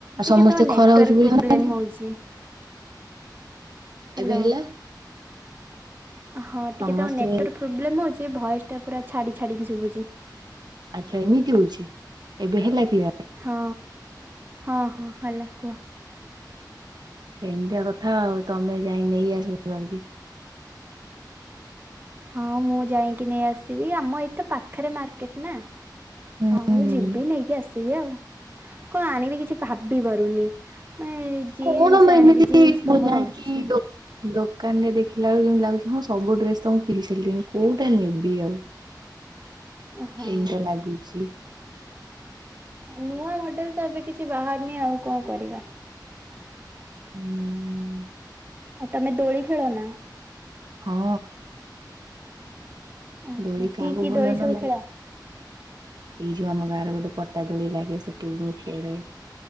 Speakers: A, on the right; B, on the right.
A: ସମସ୍ତେ
B: ଟିକେ ତମ ନେଟୱାର୍କ
A: ଖରା ହଉଛି ବୋଲି
B: ପ୍ରୋବ୍ଲେମ
A: ଜାଣୁନାହାନ୍ତି
B: ହଉଛି। ହ୍ୟାଲୋ
A: ଏବେ ହେଲା।
B: ହଁ ଟିକେ
A: ସମସ୍ତେ
B: ତମ ନେଟୱାର୍କ ପ୍ରୋବ୍ଲେମ ହଉଛି ଯେ ଭଏସ ଟା ପୁରା ଛାଡି ଛାଡିକି ଶୁଭୁଛି।
A: ଆଚ୍ଛା ଏମିତି ହଉଛି ଏବେ ହେଲା କ୍ଲିଅର?
B: ହଁ ହଁ ହଁ ହେଲା କୁହ।
A: ସେମିତି କଥା ଆଉ ତମେ ଯାଇ ନେଇ ଆସ ଜଲଦି।
B: ହଁ ମୁଁ ଯାଇକି ନେଇ ଆସିବି ଆମ ଏଇ ତ ପାଖରେ ମାର୍କେଟ ନା।
A: ହୁଁ
B: ଆଉ
A: ହୁଁ
B: ଯିବି ନେଇକି ଆସିବି ଆଉ କଣ ଆଣିବି କିଛି ଭାବ ବି ପାରୁନି। ମାନେ ଜିନ୍ସ
A: କଣ ମୁ
B: ଆଣିବି
A: ଏମିତି
B: ଜିନ୍ସ ତ
A: ମୁଁ
B: ମୋର
A: ଯାଇକି
B: ଅଛି
A: ଦୋକାନରେ ଦେଖ ଦେଖିଲା ବେଳକୁ ଯେମିତି ଲାଗୁଛି ହଁ ସବୁ ଡ୍ରେସ ତ ମୁଁ ପିନ୍ଧି ସାରିଲିିନି କୋଉଟା ନେବି ଆଉ?
B: ହଁ
A: ଏମିତିଆ ଲାଗୁଛି
B: ନୂଆ ତ ଏବେ କିଛି ବାହାରିନି ଆଉ କଣ କରିବା।
A: ହୁଁ।
B: ତମେ ଦୋଳି ଖେଳ ନା?
A: ହଁ।
B: ଓ
A: ଦୋଳି କାହାକୁ
B: କି କି
A: ଭଲ
B: ଦୋଳି
A: ନ
B: ସବୁ
A: ଲାଗେ।
B: ଖେଳ?
A: ଏଇ ଯୋଉ ଆମ ଗାଁରେ ଗୋଟେ ପ ଟା ଦୋଳି ଲାଗେ ସେଠି ଖେଳେ